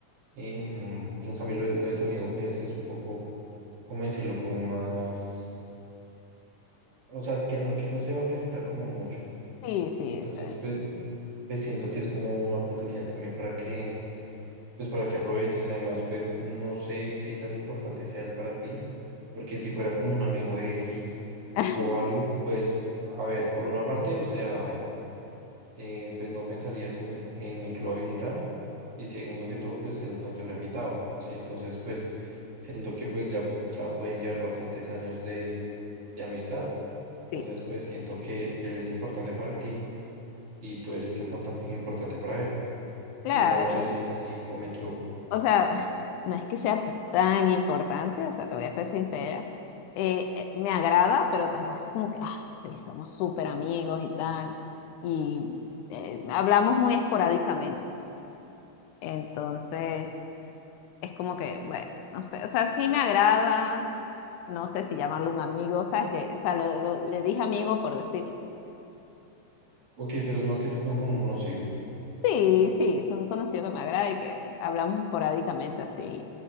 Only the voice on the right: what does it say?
em, en cambio lo, de lo de tu amigo pues es un poco, ¿cómo decirlo? Como más, o sea, que no, que no se va a presentar como mucho.
Entonces
pues, pues siento que es como una oportunidad también para que Pues para que aproveches, además, pues no sé qué tan importante sea él para ti, porque si fuera como un amigo X
o algo, pues a ver, por una parte, o sea, eh, pues no pensarías en, ir- en irlo a visitar y segundo que todo, pues él no te hubiera invitado, ¿sí? Entonces, pues siento que pues ya, ya pueden llevar bastantes años de, de amistad.
Entonces, pues siento que él es importante para ti y tú eres importa- importante para él.
No sé si es así o me equivoco.
Ok, pero es más que todo como un conocido.